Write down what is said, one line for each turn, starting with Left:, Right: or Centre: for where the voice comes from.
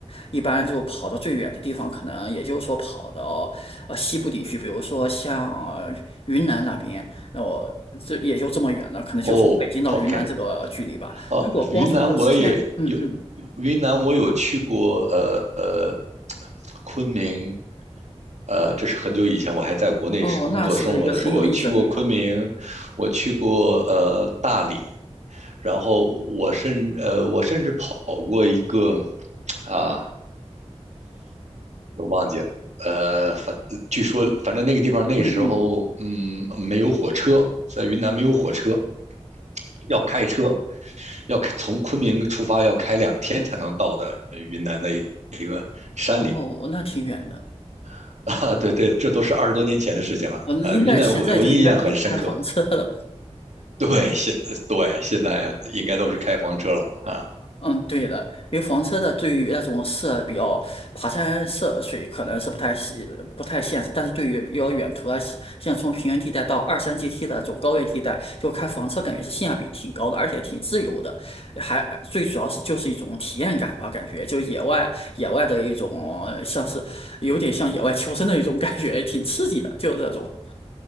Left: 一般就跑到最远的地方，可能也就是说跑到呃西部地区，比如说像呃云南那边，那我这也就这么远了，可能就从北京到云南这个距离吧。
Right: 哦，OK，哦，
Left: 如果光从它直线，
Right: 云南我也有，
Left: 嗯嗯，
Right: 云南我有去过，呃呃，昆明，呃，这是很久以前，我还在国内是工作生活的时候，
Left: 哦，那是一个很有意思的地方，
Right: 我去过昆明，我去过呃大理，然后我甚呃我甚至跑过一个啊，我都忘记了，呃，反据说反正那个地方那时候嗯没有火车，
Left: 嗯嗯，
Right: 在云南没有火车，要开车，要从昆明出发要开两天才能到的呃云南的一个山里
Left: 哦，那挺远的，
Right: <laughs> 啊，对对，这都是二十多年前的事情了。
Left: 我那应该现在就应该可以开房车了。
Right: 呃，云南我我印象很深刻，对，现对现在应该都是开房车了啊。
Left: 嗯，对的，因为房车的对于那种涉比较爬山涉水可能是不太现不太现实，但是对于比较远途啊，像从平原地带到二三阶梯的这种高原地带，就开房车感觉是性价比挺高的，而且挺自由的，还最主要是就是一种体验感吧，感觉就野外野外的一种呃像是有点像野外求生的一种感觉，挺刺激的，就是这种。